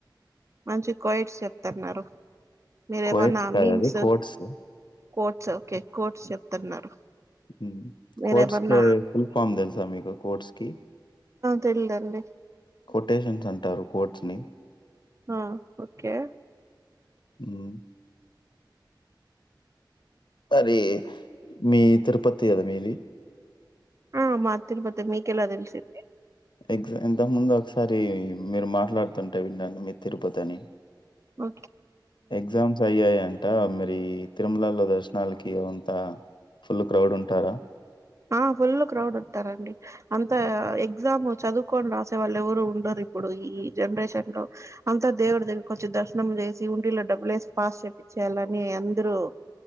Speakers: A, on the right; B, on the left.
A: మంచి కోయిట్స్ చెప్తున్నారు మీరేమన్నా
B: కోయిట్స్ కాదది
A: memes
B: quotes
A: quotes okay quotes చెప్తున్నారు
B: హ్మ్
A: మీరేమన్నా
B: కోట్స్ కె ఫుల్ ఫామ్ తెలుసా మీకు కోట్స్ కి
A: తెల్ దండి
B: కొటేషన్స్ అంటారు కోట్స్ ని
A: ఆ ఓకే
B: హ్మ్ అరే మీ తిరుపతి కదా మీది
A: ఆ మ తిన పోతే మీకెలా తెలిసిది
B: ఎగ ఇంతకుముందు ఒకసారి మీరు మాట్లాడుతుంటే విన్నాను మీరు తిరుపతి అని
A: ఓ
B: ఎగ్జామ్స్ అయ్యాయా అట మీరి తిరుమలలో దర్శనాలకి అంత ఫుల్ క్రౌడ్ ఉంటారా
A: ఆ ఫుల్ క్రౌడ్ ఉంటారండి అంత ఎగ్జామ్ చదువుకొని రాసే వాళ్ళు ఎవరు ఉండరు ఇప్పుడు ఈ జనరేషన్ లో అంత దేవడు దగ్గరకి వచ్చి దర్శ స్నానం చేసి ఉండిలో డబ్బులు వేసి పాస్ చేపించాలని అందరూ